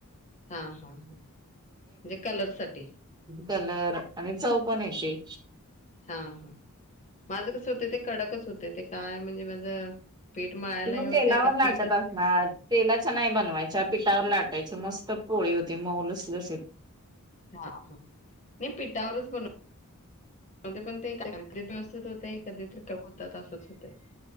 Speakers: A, on the left; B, on the right.
A: हा हा,, म्हणजे कलरसाठी.
B: कलर आणि चव पण येते.
A: हा हा,, माझं कसं होतं ते कडकच होते, ते काय म्हणजे माझं पीठ मळायला
B: तुम्ही
A: हे होतंय
B: तेलावर
A: का
B: लाटत
A: पीठच
B: असणार. तेलाच्या नाही बनवायच्या पिठावर लाटायची, मस्त पोळी होते मऊ लुसलुशीत.
A: हा हा, मी पिठावरच बनव म्हणते पण ते काक्रिट व्यवस्थित होतय, कधी तिक होतात असंच होतंय.